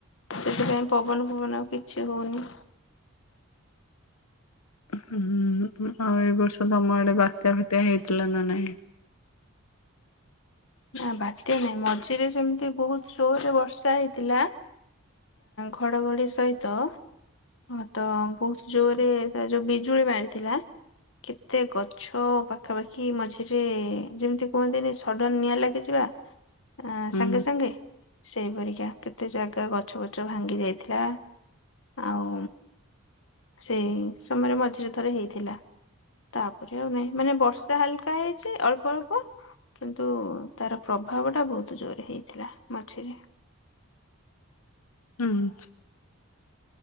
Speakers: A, on the left; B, on the left.
A: ସେଥିପାଇଁ ପବନ ଫବନ ଆଉ କିଛି ହଉନି।
B: ହୁଁ ଆଉ ଏ ବର୍ଷ ତମ ଆଡେ ବାତ୍ୟା ଫାତ୍ୟା ହେଇଥିଲା ନା ନାହିଁ?
A: ନା ବାତ୍ୟା ନାହିଁ ମଝିରେ ସେମିତି ବହୁତ ଜୋରରେ ବର୍ଷା ହେଇଥିଲା ଘଡଘଡି ସହିତ। ହଁ ତ ବହୁତ ଜୋରରେ ତା ଯୋଉ ବି ଜୁଳି ମାରିଥିଲା କେତେ ଗଛ ପାଖାପାଖି ମଝିରେ ଯେମତି କୁହନ୍ତିନି ସଡନ୍ ନିଆଁ ଲାଗିଯିବା। ଆଁ
B: ହୁଁ
A: ସାଙ୍ଗେ ସାଙ୍ଗେ ସେଇପରିକା କେତେ ଜାଗା ଗଛ ଫଛ ଭାଙ୍ଗି ଯାଇଥିଲା ଆଉ ସେଇ ସମୟରେ ମଝିରେ ଥରେ ହେଇଥିଲା ତାପରେ ଆଉ ନାହିଁ ମାନେ ବର୍ଷା ହାଲକା ହେଇଚି ଅଳ୍ପ ଅଳ୍ପ କି ନ୍ତୁ ତାର ପ୍ରଭାବ ଟା ବହୁତ ଜୋର ହେଇଥିଲା ମଝିରେ।
B: ହୁଁ।